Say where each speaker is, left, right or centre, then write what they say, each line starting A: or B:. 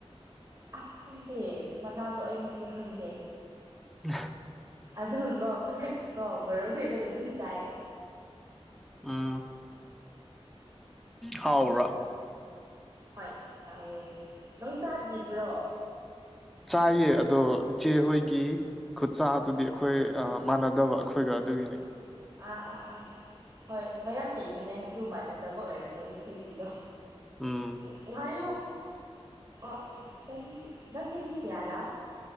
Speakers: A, on the right; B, in the centre.
A: ꯑꯁ ꯈꯪꯗꯦ ꯃꯅꯥꯗꯣ ꯑꯩ ꯃꯃꯤꯡ ꯈꯪꯗꯦ
B: <unintelligible>
A: ꯑꯗꯣ ꯒꯀꯣ ꯐꯨꯠꯂ ꯒꯀꯣ ꯃꯣꯔꯣꯛ ꯃꯦꯠꯂꯒ ꯑꯗꯨꯝ ꯆꯥꯏꯌꯦ
B: ꯑꯝ ꯍꯥꯎꯕ꯭ꯔꯥ
A: ꯍꯣꯏ ꯍꯥꯎꯋꯦ ꯅꯪ ꯆꯥꯗ꯭ꯔꯤꯕ꯭ꯔꯣ
B: ꯆꯥꯏꯌꯦ ꯑꯗꯣ ꯏꯆꯦꯍꯣꯏꯒꯤ ꯈꯨꯠꯆꯥ ꯑꯗꯨꯗꯤ
A: ꯎꯝ
B: ꯑꯩꯈꯣꯏ ꯃꯥꯟꯅꯗꯕ ꯑꯩꯈꯣꯏꯒ ꯑꯗꯨꯒꯤꯅꯤ
A: ꯎꯝ ꯑꯥ ꯑꯥ ꯑꯥ ꯍꯣꯏ ꯃꯌꯥꯝ ꯂꯩꯕꯅꯦ ꯑꯗꯨ ꯃꯥꯟꯅꯗꯕ ꯑꯣꯏꯔꯝꯒꯅꯤ ꯑꯩꯈꯣꯏꯒꯤꯗꯣ
B: ꯎꯝ
A: ꯎ ꯉꯣ ꯑ ꯆꯍꯤ ꯅꯪ ꯆꯍꯤ ꯆꯍꯤ ꯀꯌꯥꯖ